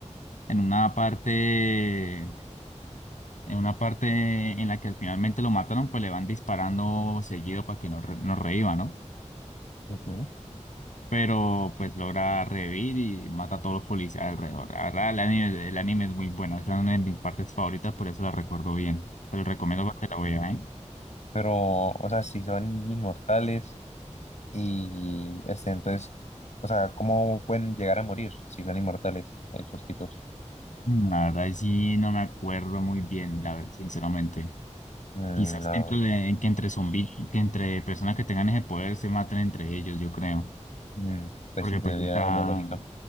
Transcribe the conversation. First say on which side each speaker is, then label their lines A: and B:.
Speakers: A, on the left; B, on the left.
A: en una parte, en una parte en la que finalmente lo mataron, pues le van disparando seguido para que no, re- no reviva, ¿no?
B: ujú.
A: Pero pues logra revivir y mata a todos los policías alrededor. La verdad, el anime, el anime es muy bueno. Esa es una de mis partes favoritas, por eso la recuerdo bien. Te lo recomiendo para que la veas, ¿eh?
B: Pero, o sea, si son inmortales y este, entonces, o sea, ¿cómo pueden llegar a morir si son inmortales esos tipos?
A: Mm, La verdad, ahí sí no me acuerdo muy bien, la verdad, sinceramente.
B: Mm,
A: Quizás
B: no,
A: entre, en que entre zombi- que entre personas que tengan ese poder se maten entre ellos, yo creo.
B: Mm, pues
A: Porque
B: sí,
A: pues
B: tendría
A: está,
B: como lógica.